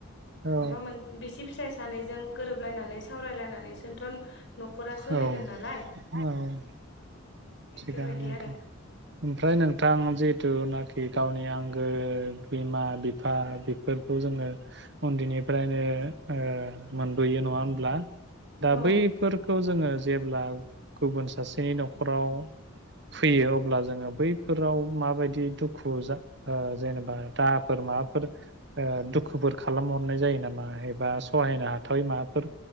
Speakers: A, on the right (about 55°); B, on the left (about 55°).
A: औ
B: माबा मोन बिसि फिसाय सानैजों गोरोबलायनानै सावरायलायनानै सोथ'न, न-खरा सोलिगोन
A: औ
B: नालाय
A: औ थिगानो
B: बेबायदि
A: नोंथां
B: आरो
A: ओमफ्राय नोंथां जे जिथुनाखि गावनि आंगो बिमा बिफा बेफोरखौ जोंङो उन्दैनिफ्रायनो ओ मोनबोयो नंङा होमब्ला, दा
B: औ
A: बैफोरखौ जोंङो। जेब्ला गुबुन सासेनि न'खराव फैयो अब्ला जोंङो बैफोराव माबायदि दुखु जा ओ जेनेबा दाहाफोर माबाफोर ओ दुखुफोर खालामहरनाय जायो नामा एबा सहायनो हाथावै माबाफोर